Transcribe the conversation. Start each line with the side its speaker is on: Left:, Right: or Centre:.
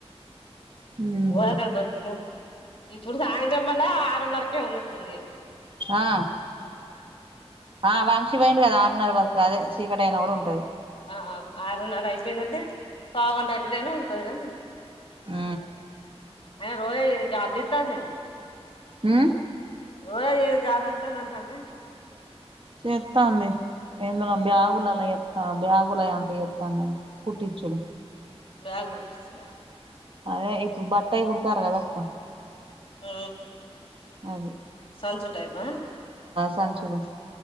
Right: ఉహు
Left: వాక బత్రన్నా ఇప్పుడు సాయంత్రంమళ ఆరున్నరకే ఉన్నతుంది
Right: ఆ ఆ వాంక్షి పోయిం కదా ఆరున్నర బస అదే చీకటి అయినా కూడా ఉంటది
Left: ఆ ఆరున్నర అయిపోయిందంటే బాగుం అతిదైనా ఉంటది కాని
Right: ఆ
Left: ఎ రోయ జబ్ద తనేవు
Right: ఆ
Left: రోజ ఏదో జాబ్ు చెత్తాందంట అంటే
Right: చెత్తాంది ఎందులో బ్యాగులలా ఎత్తా బ్యాగుల అంత ఎత్తానుడి కుట్టిచ్చుడు
Left: బ్యాగ్ ఉపిసిన
Right: అదే ఇ బట్టాయి కుడుతారుగా ధక్క
Left: అ
Right: అే
Left: సంచు టైపా
Right: సంచులు